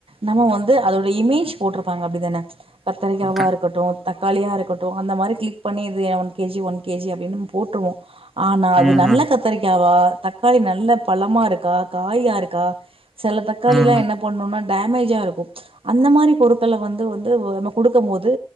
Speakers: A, on the right (about 75°); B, in the centre.
A: நம்ம வந்து அதோட இமேஜ் போட்டிருப்பாங்க அப்படிதானே கத்தரிக்காவா
B: க
A: இருக்கட்டும் தக்காளியாக இருக்கட்டும் அந்த மாதிரி கிளிக் பண்ணி இது என் ஒன் கேஜி ஒன் கேஜி அப்படின்னு போட்டுருவோம் ஆனா அது
B: ம்ஹ்ம்.
A: நல்ல கத்தரிக்காவா தக்காளி நல்ல பழமா இருக்கா காயா இருக்கா சில தக்காளி
B: ம்.
A: எல்லாம் என்ன பண்ணணும்னா டேமேஜா இருக்கும் அந்த மாதிரி பொருட்களை வந்து வந்து நம்ம கொடுக்கும் போது